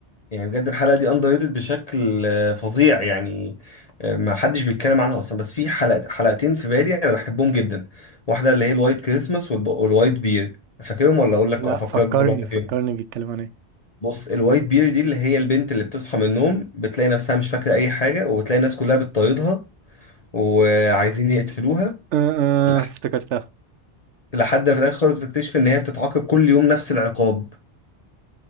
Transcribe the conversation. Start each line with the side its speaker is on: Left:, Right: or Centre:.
Left: يعني بجد الحلقة دي اندر ريتد بشكل آه، فظيع يعني آه، ما حدش بيتكلم عنها اصلا بس في حلقة حلقتين في بالي انا بحبهم جدا واحدة اللي هي الوايت كريسماس والب- والوايت بير فاكرهم ولا اقول لك
Right: لا
Left: افكرك
Right: فكرني
Left: بكل واحدة
Right: فكرني
Left: فيهم
Right: بيتكلم عن ايه
Left: بص الوايت بير دي اللي هي البنت اللي بتصحى من النوم بتلاقي نفسها مش فاكرة اي حاجة وبتلاقي الناس كلها بتطاردها وعايزين يقتلوها
Right: أه، أه،
Left: لح-
Right: افتكرتها
Left: لحد في الاخر خالص بتكتشف ان هي بتتعاقب كل يوم نفس العقاب